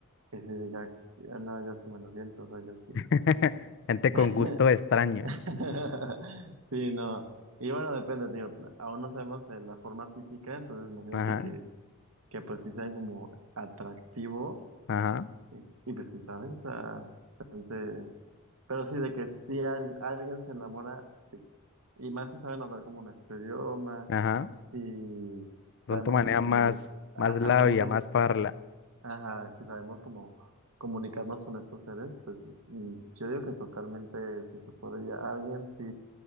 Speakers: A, on the right; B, on the left.
A: que se diga, "Ah, no, yo sí me lo viento, o sea, yo sí.
B: <laughs> Gente
A: <laughs>
B: con
A: <laughs>
B: gustos extraños.
A: Sí, no. Y bueno, depende, tío. Aún no sabemos eh, la forma física, entonces imagínate
B: Ajá,
A: que, que pues sí sean como atractivo
B: ajá,
A: y, y, pues quién sabe, o sea, chance- Pero sí, de que si alguien se enamora, sí. Y más si saben hablar como nuestro idioma,
B: ajá.
A: si
B: Pronto
A: sabemos
B: maneja
A: como comunicar,
B: más,
A: ajá,
B: más labia,
A: como que,
B: más parla.
A: ajá, si sabemos como comunicarnos con estos seres, pues mm, yo digo que totalmente si se podría, alguien sí,